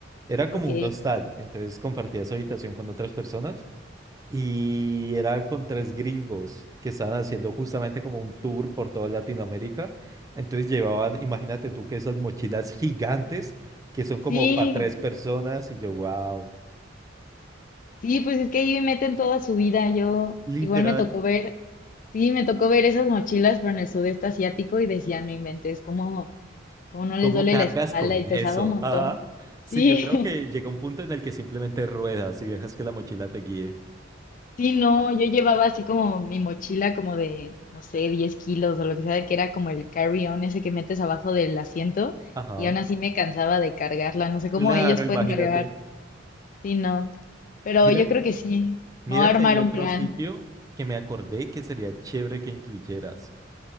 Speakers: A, on the right (about 20°); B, on the left (about 45°).
A: Era como
B: ok.
A: un hostal, entonces compartías habitación con otras personas y era con tres gringos que estaban haciendo justamente como un tour por toda Latinoamérica. Entonces llevaban, imagínate tú, que esas mochilas gigantes que son
B: Sí,
A: como para tres personas y yo, wow,
B: Sí, pues es que ahí meten toda su vida. Yo
A: literal,
B: igual me tocó ver, sí, me tocó ver esas mochilas, pero en el sudeste asiático y decía, no inventes, cómo, cómo no les
A: ¿cómo
B: duele
A: cargas
B: la espalda
A: con
B: y pesaba
A: eso?
B: un montón.
A: Ajá.
B: Sí,
A: Sí, yo creo que llega un punto en el que simplemente ruedas y dejas que la mochila te guíe.
B: <laughs> sí, no, yo llevaba así como mi mochila como de, no sé, 10 kilos o lo que sea, que era como el carry-on ese que metes abajo del asiento
A: Ajá.
B: y aún así me cansaba de cargarla. No sé cómo
A: Claro,
B: ellos pueden
A: imagínate.
B: cargar. Sí, no, pero
A: Mira,
B: yo creo que sí.
A: mira
B: Me voy a
A: que
B: armar
A: hay otro
B: un plan.
A: sitio que me acordé que sería chévere que incluyeras.